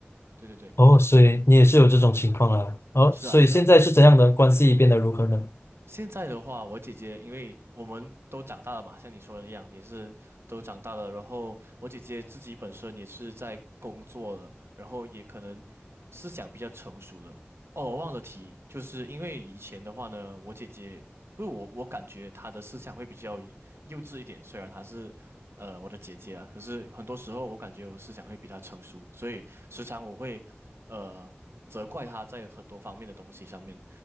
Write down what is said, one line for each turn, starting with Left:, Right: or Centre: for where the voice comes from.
Right: 对对对，
Left: 哦，所以你也是有这种情况啊。哦，
Right: 是啊是啊。
Left: 所以现在是怎样的关系变得如何呢？
Right: 现在的话，我姐姐因为我们都长大了嘛，像你说的一样，也是都长大了。然后我姐姐自己本身也是在工作了，然后也可能思想比较成熟了。哦，我忘了提，就是因为以前的话呢，我姐姐，因为我我感觉她的思想会比较幼稚一点，虽然她是呃我的姐姐啊，可是很多时候我感觉我思想会比她成熟，所以时常我会呃责怪她在很多方面的东西上面，